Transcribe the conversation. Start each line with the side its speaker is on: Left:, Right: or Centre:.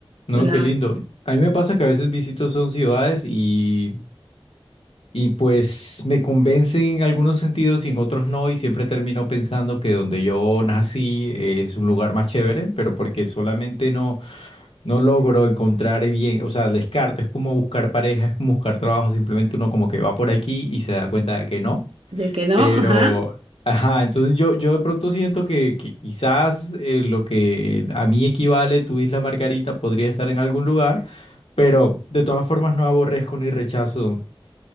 Left: No,
Right: Una,
Left: qué lindo. A mí me pasa que a veces visito son ciudades y Y pues me convence en algunos sentidos y en otros no, y siempre termino pensando que donde yo nací es un lugar más chévere, pero porque solamente no, no logro encontrar bien, o sea, descarto, es como buscar pareja, es como buscar trabajo, simplemente uno como que va por aquí y se da cuenta de que no,
Right: de que no,
Left: pero,
Right: ajá.
Left: ajá, entonces yo, yo de pronto siento que, que quizás eh, lo que a mí equivale tu Isla Margarita podría estar en algún lugar, pero de todas formas no aborrezco ni rechazo